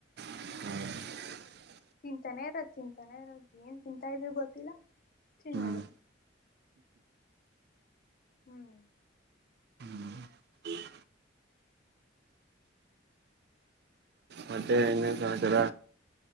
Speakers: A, on the right; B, on the left.
A: ಹ್ಮ್
B: ತಿಂತಾನೆ ಇರದು ತಿಂತಾನೆ ಇರದು ಏನ್ ತಿಂತಾ ಇದ್ರು ಗೊತ್ತಿಲ್ಲ ತಿನ್ನೋದು
A: ಹ್ಮ್
B: ಹ್ಮ್
A: ಹ್ಮ್ ಮತ್ತೆ ಇನ್ನೇನ್ ಸಮಾಚಾರ